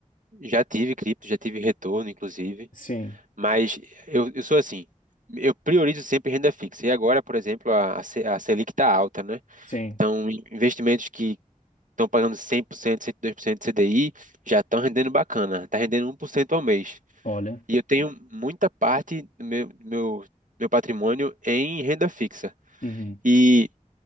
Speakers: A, on the right (about 75°); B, on the left (about 80°).
A: Já tive cripto, já tive retorno, inclusive.
B: Sim,
A: Mas eu, eu sou assim. Eu priorizo sempre renda fixa. E agora, por exemplo, a, a Se- a Selic está alta, né?
B: sim.
A: Então, investimentos que estão pagando 100%, 102% de CDI, já estão rendendo bacana, está rendendo um por cento ao mês.
B: Olha.
A: E eu tenho muita parte do meu, do meu, meu patrimônio em renda fixa.
B: Uhum.
A: E